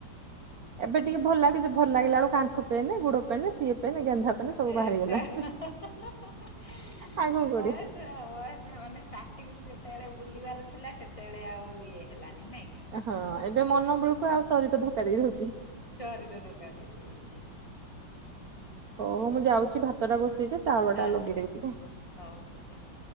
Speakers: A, on the right; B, on the left.
A: ଏବେ ଟିକେ ଭଲ ଲାଗେ ଯେ ଭଲ ଲାଗିଲା ବୋଳୁ ଗୁଡ଼ ପେନ୍ ଗେନ୍ଧା ପେନ୍
B: ସେ
A: ସବୁ ବାହାରିଗଲାଣି।
B: ସେ ହା ହା ହା ହା ହା ହା ହା
A: ଆଉ କଣ
B: ବୟସ
A: କରିବା
B: ବୟସ ମାନେ ଷ୍ଟାର୍ଟିଂ ରୁ ଯେତେବେଳେ ବୁଲିବାର ଥିଲା ସେତେବେଳେ ଆଉ ଇଏ ହେଲାନି ନାଇଁ
A: ହଁ, ଏବେ ମନ ବେଳକୁ ଆଉ ଶରୀର ଧୋକା ଦୋଉ
B: ସରିର ଧୋକା ଦେଇ ଦେଉଛି।
A: ହୋଉ ମୁଁ ଯାଉଛି ଭାତ ଟା ବସେଇଚି ଚାଉଳ
B: ହଁ
A: ଟା ଲଗେଇଦବି
B: ହଁ
A: ଟିକେ
B: ହଉ ଠିକ୍ ଅଛି।